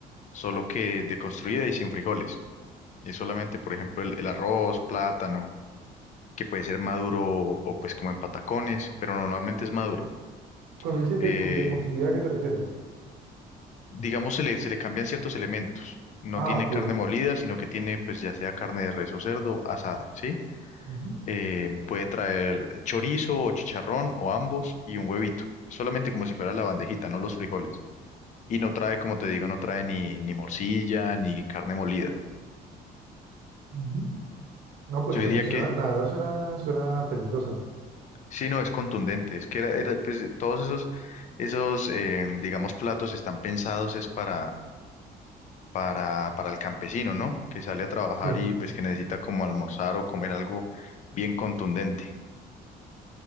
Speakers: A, on the left (about 45°); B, on the right (about 75°).
A: solo que deconstruida y sin frijoles. Es solamente, por ejemplo, el, el arroz, plátano, que puede ser maduro o, o, pues como en patacones, pero normalmente es maduro.
B: Cuando dices
A: Eh,
B: de, cu- de construir, ¿a qué te refieres?
A: digamos, se le, se le cambian ciertos elementos. No
B: Ah,
A: tiene
B: ok,
A: carne
B: ok.
A: molida, sino que tiene pues ya sea carne de res o cerdo asada, ¿sí?
B: Ujú,
A: eh, puede traer chorizo o chicharrón o ambos y un huevito, solamente como si fuera la bandejita, no los frijoles. Y no trae, como te digo, no trae ni, ni morcilla ni carne molida.
B: ujú. No, pues
A: Yo
B: suena,
A: diría
B: suena-
A: que
B: la verdad suena, suena apetitosa.
A: sí, no es contundente, es que era, era, pues, todos esos, esos eh, digamos, platos están pensados es para, para, para el campesino, ¿no? Que sale a trabajar
B: Sí.
A: y pues que necesita como almorzar o comer algo bien contundente.